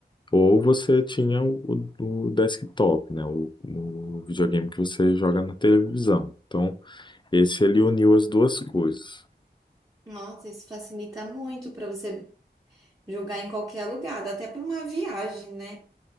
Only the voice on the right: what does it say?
Nossa, isso facilita muito para você jogar em qualquer lugar, dá até para uma viagem, né?